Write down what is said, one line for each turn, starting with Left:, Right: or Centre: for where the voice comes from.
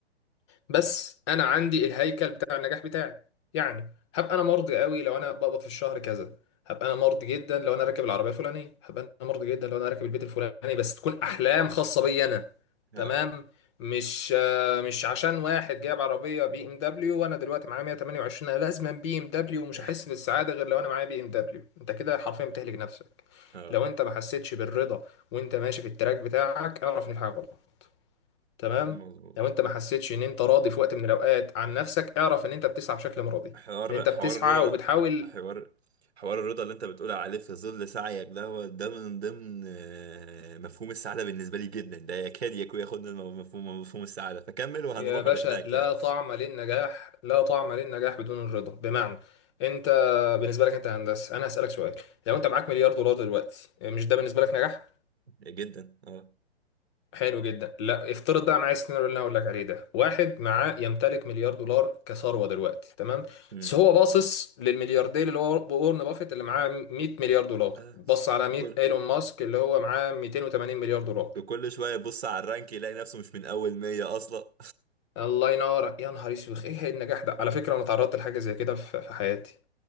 Left: بس انا عندي الهيكل بتاع النجاح بتاعي يعني هبقى انا مرضي قوي لو انا بقبض في الشهر كذا هبقى انا مرضي جدا لو انا راكب العربيه الفلانيه هبقى انا مرضي جدا لو انا راكب البيت الفلاني بس تكون احلام خاصه بي انا
Right: اه
Left: تمام مش آه، مش عشان واحد جايب عربيه بي ام دبليو وانا دلوقتي معايا 128 انا لازم بي ام دبليو ومش
Right: <laughs>
Left: هحس بالسعاده غير لو انا معايا بي ام دبليو انت كده حرفيا بتهلك نفسك
Right: اه
Left: لو انت ما حسيتش بالرضا وانت ماشي في التراك بتاعك اعرف ان في حاجه غلط تمام
Right: مظبوط
Left: لو انت ما حسيتش ان انت راضي في وقت من الاوقات عن نفسك اعرف ان انت بتسعى بشكل مرضي
Right: حوار
Left: ان انت
Right: حوار
Left: بتسعى
Right: الرضا
Left: وبتحاول
Right: ده حوار حوار الرضا اللي انت بتقول عليه في ظل سعيك ده هو ده من ضمن آه، مفهوم السعادة بالنسبة لي جدا ده يكاد يكون ياخدنا لم- مفهوم مفهوم السعادة فكمل وهنروح
Left: يا باشا
Right: لهناك
Left: لا
Right: يعني
Left: طعم للنجاح لا طعم للنجاح بدون الرضا بمعنى انت بالنسبه لك انت هندسه انا هسالك سؤال لو انت معاك مليار دولار دلوقتي مش ده بالنسبه لك نجاح
Right: <laughs> جدا اه
Left: حلو جدا لا افترض بقى معايا السيناريو اللي انا هقول لك عليه ده واحد معاه يمتلك مليار دولار كثروه دلوقتي تمام
Right: امم
Left: بس هو باصص للملياردير اللي هو وارن بافيت اللي معاه 100 مليار دولار
Right: آه.
Left: بص على
Right: وكل
Left: 100 ايلون ماسك اللي هو معاه 280 مليار دولار
Right: وكل شوية يبص على الرانك يلاقي نفسه مش من أول 100 أصلا
Left: الله ينور يا نهار اسود ايه النجاح ده على فكره انا تعرضت لحاجه زي كده في في حياتي